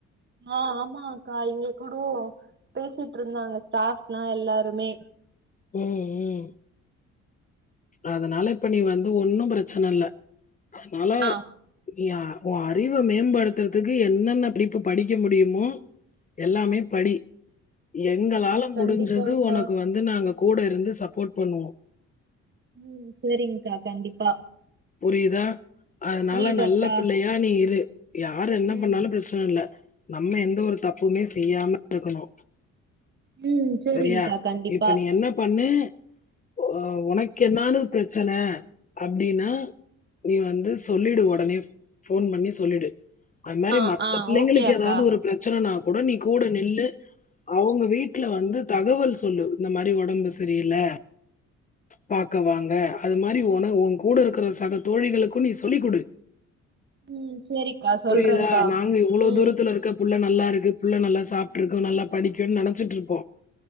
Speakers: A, on the right (about 35°); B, on the left (about 25°).
A: ஆ ஆமா அக்கா இங்க கூடோ பேசிட்ருந்தாங்க ஸ்டாப்லா எல்லாருமே
B: ம் ம் அதனால இப்ப நீ வந்து ஒன்னு பிரச்சன இல்ல அதனால
A: ஆ
B: நீ அ ஒ அறிவ மேம்படுத்துறதுக்கு என்னென்ன படிப்பு படிக்க முடியுமோ எல்லாமே படி எங்களால
A: ம்
B: முடிஞ்சது
A: கண்டிப்பாக்கா
B: ஒனக்கு வந்து நாங்க கூட இருந்து சப்போர்ட் பண்ணுவோ
A: ம் சேரிங்க்கா கண்டிப்பா
B: புரிதா அதனால
A: புரியுதாக்கா
B: நல்ல பிள்ளையா நீ இரு யாரு என்ன
A: ம்
B: பண்ணாலு பிரச் சன இல்ல நம்ம எந்த ஒரு தப்புமே செய்யாம இருக்கணு
A: ம் சரிங்க்கா
B: சரியா
A: கண்டிப்பா
B: இப்ப நீ என்ன பண்ணு ஒ ஒனக்கு என்தானு பிரச்சன அப்டின்னா நீ வந்து சொல்லிடு ஒடனே ஃபோன் பண்ணி சொல்லிடு அந் மாரி
A: ஆ
B: மத்த
A: ஆ
B: பிள்ளைங்களுக்கு
A: ஓகே அக்கா
B: எதாது ஒரு பிரச்சனனா கூட நீ கூட நில்லு அவுங்க வீட் ல வந்து தகவல் சொல்லு இந்த மாரி ஒடம்பு சரி இல்ல பாக்க வாங்க அது மாரி ஒன ஓங் கூட இருக்கற சக தோழிகளுக்கு நீ சொல்லி குடு
A: ம் சேரிக்கா சொல்றங்கா
B: புரியுதா நாங்க இவ்வளோ
A: ம்
B: தூரத்துல இருக்க புள்ள நல்லா இருக்கு புள்ள நல்லா சாப்ட்ருக்கு நல்லா படிக்குன் நெனச்சிட்ருப்போ